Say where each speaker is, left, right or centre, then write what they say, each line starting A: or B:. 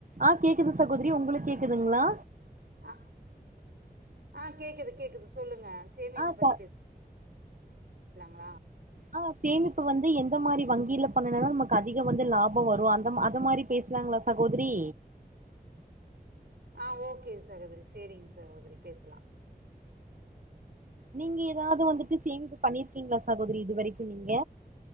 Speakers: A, on the right; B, on the right.
A: ஆ கேக்குது சகோதரி உங்களுக்கு கேக்குதுங்களா
B: அ ஆ கேக்குது கேக்குது சொல்லுங்க சேமிப்பு
A: ஆ ச
B: பத்தி பேசலாங்களா
A: ஆ சேமிப்பு வந்து எந்த மாரி வங்கியில பண்ணுணா நமக்கு அதிக வந்து லாபம் வரு அந்த அது மாரி பேசலாங்களா சகோதரி
B: ஆ ஓகே சகோதரி செரிங்க சகோதரி பேசலா
A: நீங்க ஏதாவது வந்துட்டு சேமிப்பு பண்ணிருக்கீங்களா சகோதரி இது வரைக்கு நீங்க